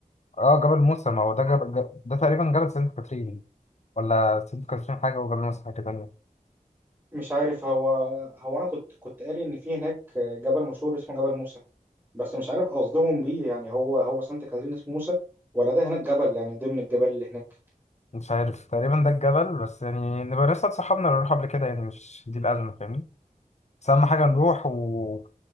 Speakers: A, on the left; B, on the right.
A: اه جبل موسى ما هو ده جبل ده تقريبا جبل سانت كاترين ولا سانت كاترين حاجة وجبل موسى حاجة تانية
B: مش عارف هو هو انا كنت كنت قاري ان في هناك جبل مشهور اسمه جبل موسى بس مش عارف قصدهم بيه يعني هو هو سانت كاترين اسمه موسى ولا ده هناك جبل يعني ضمن الجبال اللي هناك
A: مش عارف تقريبا ده الجبل بس يعني نبقى لسه اتصحابنا اللي نروح قبل كده يعني مش دي الأزمة فاهمني بس أهم حاجة نروح و